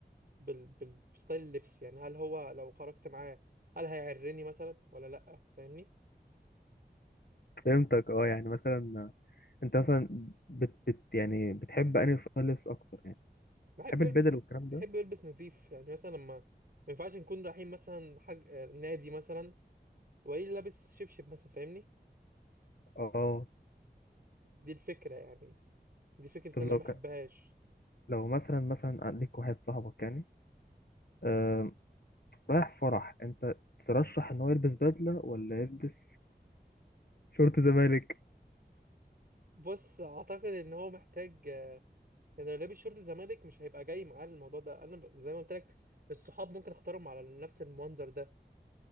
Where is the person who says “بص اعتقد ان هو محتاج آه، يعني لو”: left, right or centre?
Right